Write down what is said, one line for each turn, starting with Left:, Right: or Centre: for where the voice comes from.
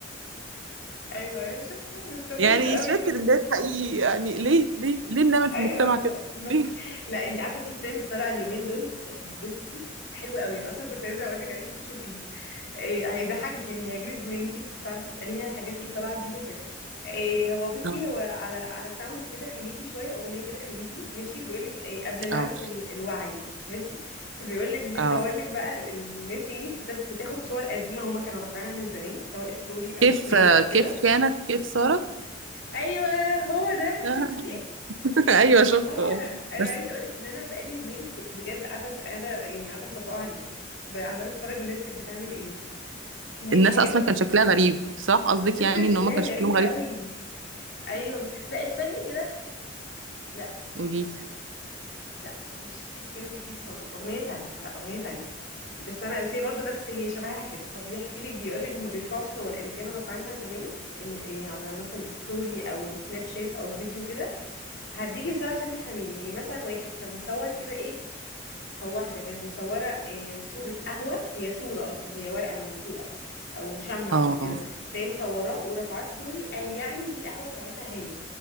Left: ايوه ايوه شفته
Right: <laughs>
Left: مستفز
Right: يعني
Left: قوي
Right: شوية ترندات حقيقي يعني ليه ليه ليه بنعمل
Left: ايوه
Right: في المجتمع
Left: بل...
Right: كده
Left: بل...
Right: ليه
Left: لا انت عارفه في ترند طالع اليومين دول ط- بصي حلو قوي انا اصلا كنت عايزه اقول لك عليه عشان تشوفيه إيه هيضحكك يعني هيعجبك بما ان انت كنت ساعات بتساليني عن الحاجات اللي طالعه جديد وكده إيه هو بصي
Right: اه
Left: هو على على ساوند كده خليجي شويه اغنيه كده خليجي ماشي بيقول لك إيه قبل لعنه
Right: اه
Left: ال... الوعي ماشي فبيقول لك بيصور
Right: اه
Left: لك بقى ال- الناس يعني بت- بتاخد صور قديمه هما كانوا رافعينها من زمان سواء ستوري او
Right: كيف
Left: سناب او كده
Right: كيف كانت كيف صارت
Left: ايوه هو ده
Right: <laughs>
Left: شفتي
Right: ايوه شفته
Left: اه
Right: اه
Left: ده انا
Right: بس
Left: عايزه اقولك ان انا بقالي يومين ط- بجد قاعده أس- قاعده يعني قاعده مطبقه عليه ب- عماله اتفرج الناس كانت بتعمل ايه كميه
Right: الناس
Left: حاجات
Right: اصلا
Left: اصلا
Right: كان شكلها غريب صح قصدك
Left: الناس
Right: يعني
Left: كان شكلها
Right: ان هما كان شكلهم
Left: غريب قوي
Right: غريب
Left: ايوه ب- لا استني كده لا
Right: قولي
Left: لا مش كيف كانت وكيف صارت اغنيه تانية لا اغنيه تانية بس انا بس هي برضه نفس هي شبهها كده هو بيحكي لك بيقول لك هم بيرفعوا الصور اللي كانوا رافعينها زمان ان إيه على مثلا ستوري او سناب شات او فيديو كده هديكي مثال عشان تفهميني يعني مثلا واحد كان مصور كده ايه او واحده كانت مصوره آه، صوره قهوه هي صوره اصلا هي ورقه ملزوقه او مشمع
Right: اه
Left: او كده فهي مصوراه ورافعاه ستوري قال يعني دي القهوه بتاعتها هي